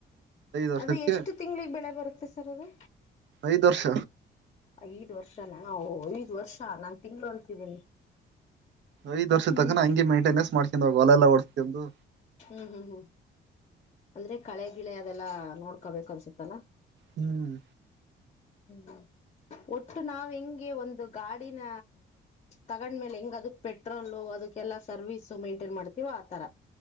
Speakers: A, on the right; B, on the left.
A: ವರ್ಷಕ್ಕೆ
B: ಅದು ಎಷ್ಟು ತಿಂಗಳಿಗೆ ಬೆಳೆ ಬರುತ್ತೆ ಸರ್ ಅದು
A: ಐದರ್ಶ
B: ಐದ್ ವರ್ಷ ಹೋ ಐದ್ ವರ್ಷ ನಾನ್ ತಿಂಗಳು ಅಂತಿದ್ದೀನಿ
A: ಐದ ವರ್ಷ
B: ಹ್ಮ್
A: ತಕ ನ ಹಂ ಮೇಂಟೇನ್ನಸ್ ಮಾಡ್ <unintelligible> ಹೊಲಲ್ಲ ಓಡ್ಸ್ತಂದು
B: ಹ್ಮ್ ಹ್ಮ್ ಹ್ಮ್ ಅಂದ್ರೆ ಕಳೆ ಗಿಳೆ ಅದೆಲ್ಲಾ ನೋಡ್ಕೊಬೇಕು ಅನ್ಸತ್ತಲ್ಲ
A: ಹ್ಮ್
B: ಹ್ಮ್ ಒಟ್ಟು ನಾವ ಹೆಂಗೆ ಒಂದು ಗಾಡಿನ ತಗೊಂಡ್ಮೇಲೆ ಹೆಂಗ ಅದಕ್ ಪೆಟ್ರೋಲು ಅದಕ್ಕೆಲ್ಲಾ ಸರ್ವೀಸು ಮೈಂಟೈನ್ ಮಾಡ್ತೀವೋ ಆತರ